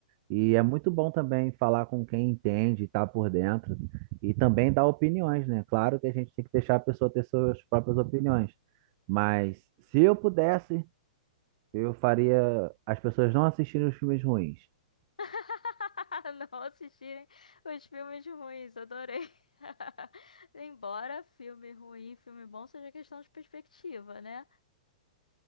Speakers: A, on the right (about 35°); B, on the left (about 70°).
A: E é muito bom também falar com quem entende, e tá por dentro, e também dar opiniões, né? Claro que a gente tem que deixar a pessoa ter suas próprias opiniões, mas se eu pudesse, eu faria as pessoas não assistirem os filmes ruins.
B: <laughs> Não assistirem os filmes ruins, adorei. <laughs> Embora filme ruim, filme bom seja questão de perspectiva, né?